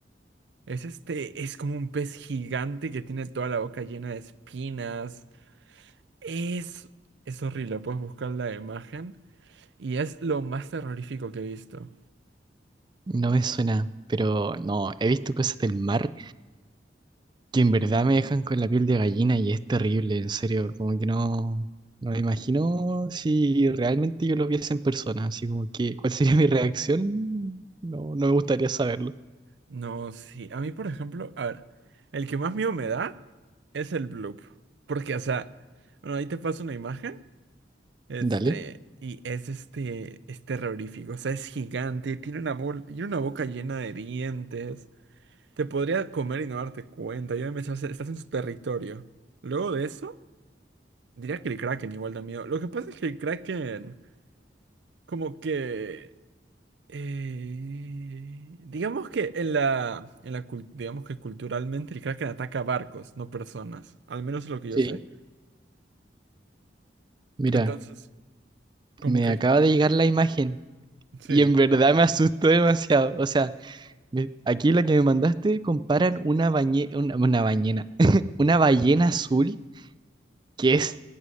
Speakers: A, on the right; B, on the right.
A: Es este, es como un pez gigante que tiene toda la boca llena de espinas. Es, es horrible, puedes buscar la imagen. Y es lo más terrorífico que he visto.
B: No me suena, pero no, he visto cosas del mar que en verdad me dejan con la piel de gallina y es terrible, en serio, como que no, no me imagino si realmente yo lo viese en persona, así como que, ¿cuál sería mi reacción? No, no me gustaría saberlo.
A: No, sí. A mí, por ejemplo, a ver, el que más miedo me da es el bloop. Porque, o sea, bueno, ahí te paso una imagen. Este,
B: Dale.
A: y es este, es terrorífico. O sea, es gigante, tiene una, bol- tiene una boca llena de dientes. Te podría comer y no darte cuenta. Ya me echaste- estás en su territorio. Luego de eso, diría que el Kraken igual da miedo. Lo que pasa es que el Kraken, como que. eh, digamos que en la. En la cul- digamos que culturalmente el Kraken ataca barcos, no personas. Al menos es lo que
B: Sí.
A: yo sé.
B: Mira,
A: Entonces, como
B: me
A: que.
B: acaba de llegar la imagen
A: Sí.
B: y en verdad me asustó demasiado. O sea, me- aquí la que me mandaste comparan una bañe, una, una bañena, <laughs> una ballena azul que es